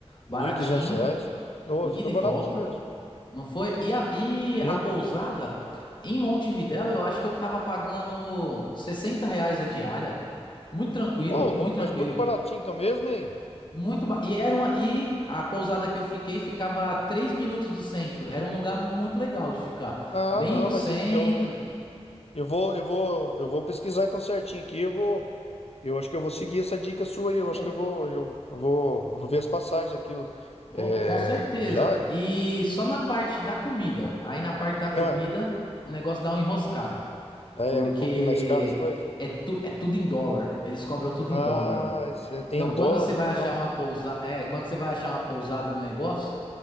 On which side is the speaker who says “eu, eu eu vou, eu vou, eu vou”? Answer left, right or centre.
Left